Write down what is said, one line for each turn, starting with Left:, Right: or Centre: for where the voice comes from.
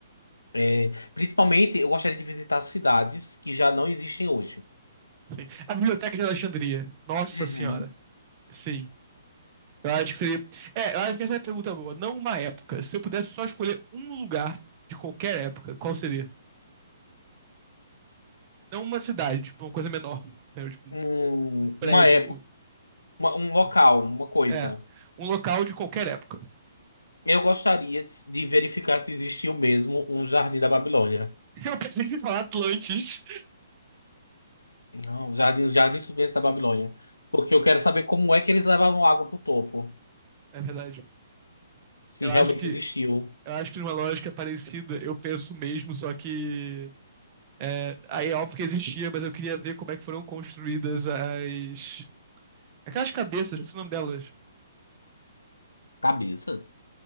Left: é, principalmente eu gostaria de visitar cidades que já não existem hoje.
Right: sim. A Biblioteca de Alexandria. Nossa
Left: Uhum.
Right: Senhora. Sim. Eu acho que seria. É, eu acho que essa é a pergunta boa. Não uma época. Se eu pudesse só escolher um lugar de qualquer época, qual seria? Não uma cidade, tipo, uma coisa menor. entendeu? Tipo,
Left: Um-
Right: um prédio.
Left: uma época
Right: ou-
Left: Uma- um local, uma coisa.
Right: É, um local de qualquer época.
Left: Eu gostaria de verificar se existiu mesmo um jardim da Babilônia.
Right: <laughs> Eu pensei em falar Atlantis.
Left: Não, um jardim, um jardim suspenso da Babilônia. Porque eu quero saber como é que eles levavam água pro topo.
Right: É verdade.
Left: Se
Right: Eu
Left: realmente
Right: acho que,
Left: existiu.
Right: eu acho que numa lógica parecida, eu penso mesmo, só que. É, aí é óbvio que existia, mas eu queria ver como é que foram construídas as. Aquelas cabeças, esqueci o nome delas.
Left: Cabeças?